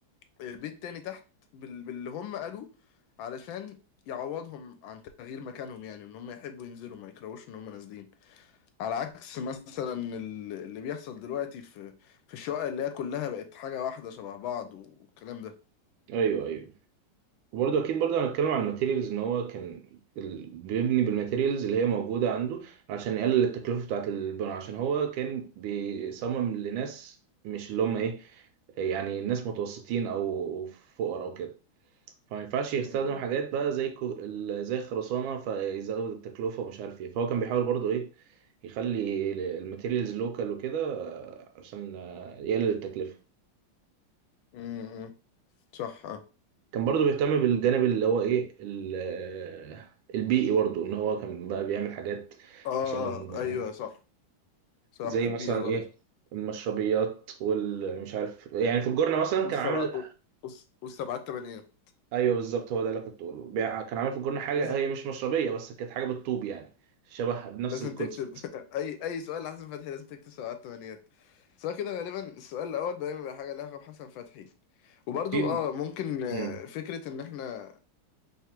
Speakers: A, on the left; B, on the right.
A: آه، بيت تاني تحت بال... باللي هم قالوه علشان يعوضهم عن تغيير مكانهم يعني ان هم يحبوا ينزلوا ما يكرهوش ان هم نازلين على عكس مثلا ال- اللي بيحصل دلوقتي في في الشقق اللي هي كلها بقت حاجة واحدة شبه بعض والكلام ده
B: ايوه ايوه وبرضه اكيد برضه هنتكلم على الماتيريالز ان هو كان ال... بيبني بالماتيريالز اللي هي موجوده عنده عشان يقلل التكلفه بتاعه البناء عشان هو كان بيصمم لناس مش اللي هم ايه يعني ناس متوسطين او فقراء او كده فما ينفعش يستخدم
A: م- م-
B: حاجات بقى زي كو... ال- زي الخرسانه فيزود التكلفه ومش عارف ايه فهو كان بيحاول برضه ايه يخلي الماتيريالز لوكال وكده آه، عشان آه، يقلل التكلفه
A: م- م. صح اه
B: كان برضو بيهتم بالجانب اللي هو ايه ال- آه، البيئي برضو ان هو كان بقى بيعمل حاجات
A: آه،
B: عشان آه،
A: ايوه صح صح
B: زي
A: البيئة
B: مثلا
A: برضه
B: ايه المشربيات والمش عارف يعني في الجرنة مثلا
A: والسبعة
B: كان عامل
A: والس- والسبعات تمانيات
B: ايوه بالظبط هو ده اللي كنت بقوله بيع- كان عامل في الجرنة حاجة
A: لازم
B: هي مش مشربية بس كانت حاجة بالطوب يعني شبهها بنفس
A: لازم
B: الكونسبت
A: تكتب <laughs> اي اي سؤال لحسن فتحي لازم تكتب سبعات تمانيات سواء كده غالبا السؤال الاول دايما بيبقى حاجه لها علاقه بحسن فتحي وبرضو
B: في
A: اه ممكن آه،
B: امم
A: فكره ان احنا